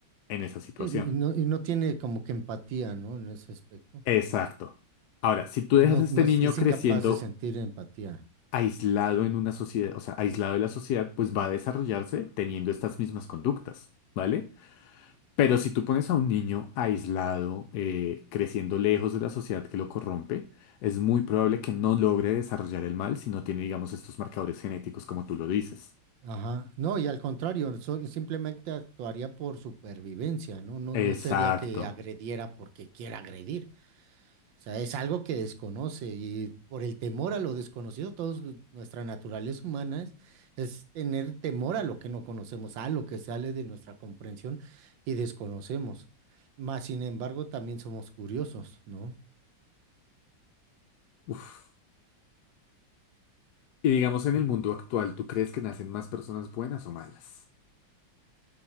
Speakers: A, on the left (about 70°); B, on the right (about 80°).
A: en esa situación.
B: Y, y no, y no tiene como que empatía, ¿no? En ese aspecto.
A: Exacto. Ahora, si tú
B: No,
A: dejas a este
B: no es,
A: niño
B: es
A: creciendo
B: incapaz de sentir empatía.
A: aislado en una sociedad, o sea, aislado de la sociedad, pues va a desarrollarse teniendo estas mismas conductas, ¿vale? Pero si tú pones a un niño aislado, eh, creciendo lejos de la sociedad que lo corrompe, es muy probable que no logre desarrollar el mal si no tiene, digamos, estos marcadores genéticos como tú lo dices.
B: Ajá. No, y al contrario, sol- simplemente actuaría por supervivencia, ¿no? No,
A: Exacto.
B: no sería que agrediera porque quiera agredir. O sea, es algo que desconoce y por el temor a lo desconocido, todos gu- nuestra naturaleza humana es, es tener temor a lo que no conocemos, a lo que sale de nuestra comprensión y desconocemos. Mas, sin embargo, también somos curiosos, ¿no?
A: Uf. Y digamos, en el mundo actual, ¿tú crees que nacen más personas buenas o malas?